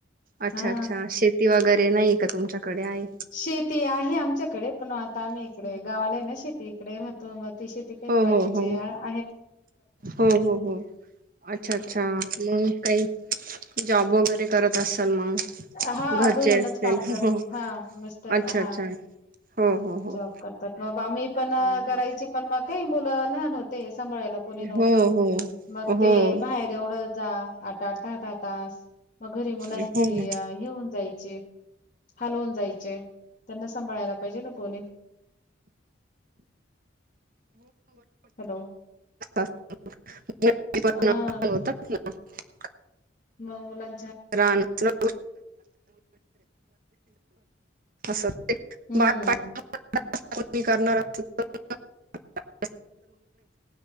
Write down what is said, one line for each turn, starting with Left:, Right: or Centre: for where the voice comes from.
Right: अच्छा
Left: हा
Right: अच्छा शेती वगैरे नाही का तुमच्याकडे आहे
Left: शेती आहे आमच्याकडे पण आता आम्ही इकडे
Right: हो
Left: गावाला आहे ना शेती <unintelligible> तिश ते काही
Right: हो
Left: बाकीचे
Right: हो
Left: हाय
Right: हो हो हो अच्छा अच्छा मग काही जॉब वगैरे करत असाल मग
Left: हा
Right: घरचे
Left: घरूनच
Right: असतील
Left: काम करत
Right: हो
Left: हा मिस्टर
Right: अच्छा
Left: हा
Right: अच्छा हो हो हो
Left: जॉब करतात मग आम्ही पण
Right: हो
Left: करायची पण मग काही मुलं लहान होते. सांभाळायला कोणी नव्हत
Right: हो हो
Left: मग
Right: हो
Left: ते बाहेर एवढं जा आठ आठ दहा दहा तास मग घरी मुलांची
Right: ना.
Left: हे होऊन जायची हाल होवून जायचे त्यांना सांभाळायला पाहिजे ना होणे हॅलो
Right: असतात. <unintelligible> <unintelligible>
Left: हा
Right: होतात ना. <unintelligible>
Left: मग मुलां
Right: रानतंल असं <unintelligible>
Left: हम्म
Right: <unintelligible> करणार <unintelligible>